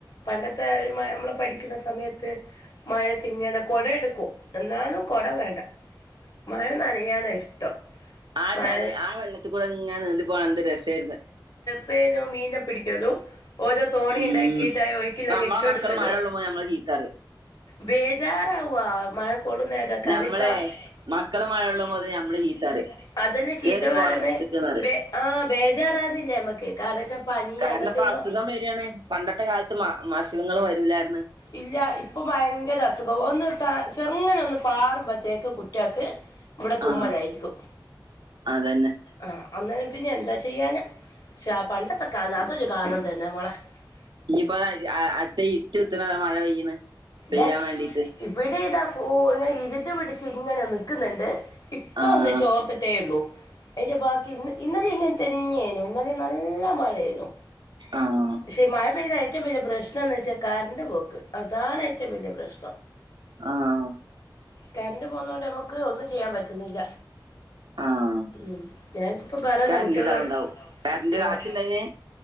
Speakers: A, on the left; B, on the right.
A: പണ്ടത്തെ ഇമ്മ നമ്മൾ പഠിക്കുന്ന സമയത്ത്. മഴത്തിങ്ങനെ കൊട എടുക്കും. എന്നാലും കൊട വേണ്ട. മഴ നനയാന ഇഷ്ടം.
B: ആ
A: മഴ
B: ചളി ആ വെള്ളത്ത്ക്കൂടെങ്ങനെ നിന്തി പോകാ എന്ത് രസയ്ര്ന്ന്.
A: പേരോ മീനെ പിടിക്കലോ? ഓരോ തോണി
B: ഉം
A: ഇണ്ടാക്കീട്ട്, അയ് ഒഴക്കില്ലെങ്കി
B: ഇപ്പൊ നമ്മളെ
A: ഇട്ട് കൊട്ക്കലൂ.
B: മക്കള് മഴ കൊള്ളുമ്പോ നമ്മളെ ചീത്ത പറയും
A: ബേജാറാവ്വാ മഴ പ്പളും നേരാക്കാന്
B: ഞമ്മളെ
A: പ്പ, നമ്മളെ മക്കള്
B: മഴൊള്ളുമ്പോത്
A: മഴൊള്ളുമ്പോത്തിന്
B: ഞമ്മള്
A: നമ്മളെ
B: ചീത്തറിം
A: ചീത്തപറയും അതന്നെ ചീത്ത
B: കേറി
A: പറന്നെ.
B: പോടാ അകത്ത്ക്ക്ന്ന് പറിം
A: ബേ ആഹ ബേജാറാന്നില്ലേ നമ്മക്ക്. കാരണം വെച്ചാ പനി
B: കാരണം
A: അങ്ങനത്തെല്ലോ
B: പ്പ അസുഖം വരാണ്. പണ്ടത്തെ കാലത്ത് മ മസുഖങ്ങൾ വരൂലായിര്ന്ന്.
A: ഇല്ല ഇപ്പൊ ഭയങ്കര അസുഖോ ഒന്ന്ന്ത്ത ചെറുങ്ങനൊന്ന് പാറുമ്പത്തേക്ക് കുട്ട്യാക്ക് ഇവിട തുമ്മലായിരിക്കും
B: ആഹ് അതന്നെ
A: <inaudible> ആഹ് അന്നേരം പിന്നെ എന്താ ചെയ്യാനാ ക്ഷാ പണ്ടത്ത കാല അതൊരു കാലം തന്നെ മോളെ <inaudible>
B: ഇനിയിപ്പോ അടുത്ത ഇര്ട്ട് കുത്ത്ണതാ മഴ പെയ്യ്ണ് പെയ്യാൻ
A: ദാ
B: വേണ്ടീട്ട്
A: ഇവിടെ ഇതാ ഓ <unintelligible> ഇരുട്ട് പിടിച്ച് ഇങ്ങനെ നിക്കുന്നുണ്ട് ഇപ്പൊ
B: ആഹ്
A: ഒന്ന് ചോർത്തിട്ടേ ഉള്ളൂ അയിന്റെ ബാക്കി ഇന്ന് ഇന്നലെ ഇങ്ങനെ തന്നെയാന്നു ഇന്നലെ നല്ല മഴയേനു
B: ആഹ്
A: ക്ഷെ മാഴ പെയ്ത ഏറ്റോം വല്യ പ്രശ് ശ്നോന്ന് വെച്ചാ കറണ്ട് പോക്ക് അതാണ് ഏറ്റോം വല്യ പ്രശ്
B: ആഹ്
A: കറണ്ട് പോവുന്നോണ്ട് നമക്ക് ഒന്നും ചെയ്യാൻ പറ്റുന്നില്ല
B: ആഹ്
A: ഉം ഞാനിക്കിപ്പ പറയന്നാ
B: കറന്റ്
A: കുട്ടികള്
B: ഇതാവ്ണ്ടാവും കറന്റ്
A: അഹ്
B: കാറ്റ്ണ്ടായിന്